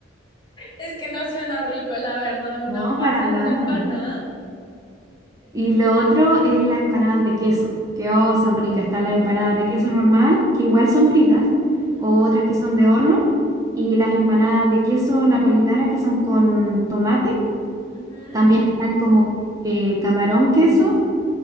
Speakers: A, on the left (about 25°); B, on the right (about 15°).
A: Es que no suena rico, la verdad, una
B: No,
A: pasa
B: para nada.
A: en una empanada.
B: Y lo otro es las empanadas de queso, que oh, son ricas. Están las
A: Uh.
B: empanadas de queso normal, que igual son fritas,
A: Ujú.
B: o otras que son de horno, y las empanadas de queso napolitana, que son con tomate.
A: Ujú.
B: También están como eh, camarón queso